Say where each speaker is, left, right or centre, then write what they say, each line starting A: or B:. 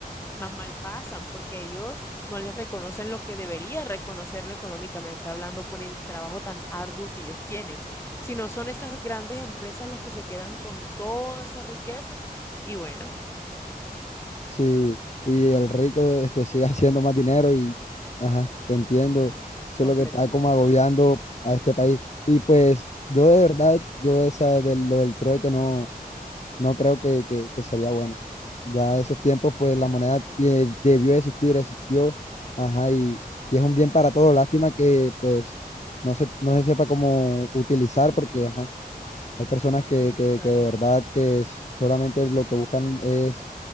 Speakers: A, on the left (about 15°); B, on the left (about 45°).
A: más mal pasan, porque ellos no les reconocen lo que debería reconocerle económicamente hablando por el trabajo tan arduo que ellos tienen, sino son esas grandes empresas las que se quedan con toda esa riqueza y bueno,
B: Sí, y el rico este, sigue <laughs> haciendo más dinero y, ajá, te entiendo, eso
A: completamente.
B: es lo que está como agobiando a este país. Y pues yo de verdad, yo esa de lo del trueque no, no creo que, que, que sería bueno. Ya esos tiempos, pues la moneda tie- debió existir, existió, ajá, y, y es un bien para todos. Lástima que pues no se, no se sepa cómo utilizar porque, ajá, hay personas
A: Sí,
B: que,
A: totalmente.
B: que, que de verdad que solamente lo que buscan es